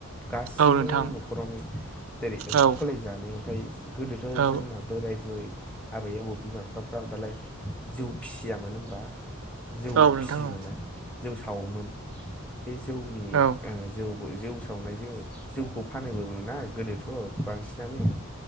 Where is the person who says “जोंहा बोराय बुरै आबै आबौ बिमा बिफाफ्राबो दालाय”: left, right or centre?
Centre